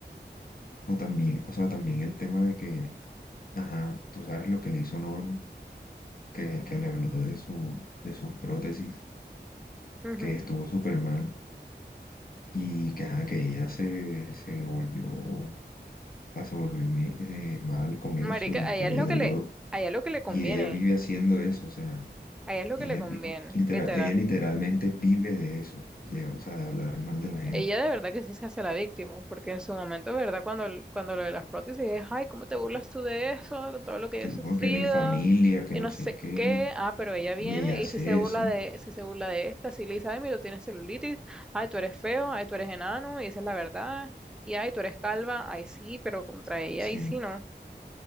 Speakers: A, on the left (about 55°); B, in the centre.
A: O también, o sea, también el tema de que, ajá, tú sabes lo que le hizo Norma, que, que le habló de su, de sus prótesis,
B: Ujú.
A: que estuvo súper mal y que, ajá, que ella se, se volvió sea, se volvió mi- eh, mal con
B: Marica,
A: eso y
B: a
A: que
B: ella es
A: le
B: lo
A: dolió.
B: que le, a ella es lo que le conviene,
A: Y ella vive haciendo eso, o sea,
B: a ella es lo
A: ella,
B: que le conviene,
A: vi- literal,
B: literal.
A: ella literalmente vive de eso, de, o sea, de hablar mal de la gente.
B: Ella de verdad que sí se hace la víctima, porque en su momento, ¿verdad? Cuando, cuando lo de las prótesis es, ay, ¿cómo te burlas tú de eso? De todo lo que
A: Que,
B: yo he
A: no,
B: sufrido
A: que mi familia, que
B: y
A: no
B: no
A: sé
B: sé
A: qué,
B: qué. Ah, pero ella viene
A: y ella hace
B: y si se burla
A: eso.
B: de, si se burla de esta, si le dice, ay, mira, tú tienes celulitis, ay, tú eres feo, ay, tú eres enano, y esa es la verdad, y ay, tú eres calva, ay, sí, pero contra ella,
A: Sí,
B: ahí sí no.